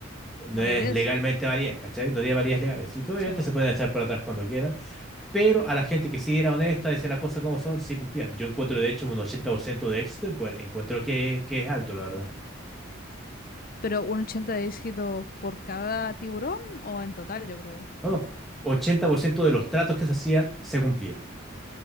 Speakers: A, in the centre; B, on the left.
A: no
B: Validez,
A: es legalmente validez, ¿cachai? No tiene validez legales, así que obviamente
B: se va.
A: se pueden echar para atrás cuando quieran, pero a la gente que sí era honesta, decía las cosas como son, sí cumplían. Yo encuentro, de hecho, un 80% de éxito, en cual encuentro que, que es alto, la verdad.
B: Pero un 80 de éxito por cada tiburón o en total, yo creo.
A: No, no, 80% de los tratos que se hacían se cumplían.